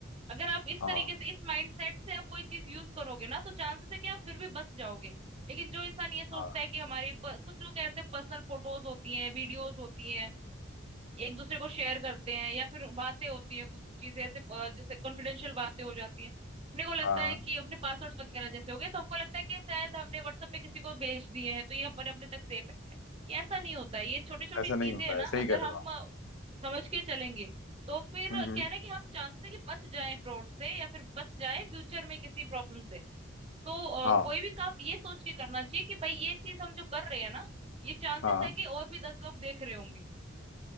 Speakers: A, on the right; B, on the left.
A: अगर आप इस
B: हाँ
A: तरीके से इस माइंडसेट से आप कोई चीज यूज करोगे ना तो चांसेस है कि आप फिर भी बच जाओगे लेकिन जो इंसान ये सोचता
B: हाँ
A: है कि हमारे प- कुछ लोग कहते हैं पर्सनल फोटोज होती हैं वीडियोज होती हैं एक दूसरे को शेयर करते हैं या फिर बातें होती हैं कुछ चीजें ऐसे अ, जैसे कॉन्फिडेंशियल बातें हो जाती हैं अपने को लगता
B: हाँ हाँ,
A: है कि अपने पासवर्ड वगैरह जैसे हो गए तो हमको लगता है कि शायद हमने व्हाट्सएप पे किसी को भेज दिए हैं तो ये हमारे अपने तक सेफ है ये ऐसा नहीं होता है ये छोटी छोटी
B: ऐसा
A: चीजें
B: नहीं होता
A: है ना
B: है सही
A: अगर
B: कह रहे
A: हम
B: हो आप
A: अ, समझ के चलेंगे तो फिर
B: हम्म हम्म,
A: क्या है ना कि हम चांसेस है कि बच जाएं फ्रॉड से या फिर बच जाएं फ्यूचर में किसी प्रॉब्लम से तो अ,
B: हाँ
A: कोई भी काम ये सोच के करना चाहिए कि भाई ये चीज हम जो कर रहे हैं ना ये चांसेस
B: हाँ
A: है कि और भी दस लोग देख रहे होंगे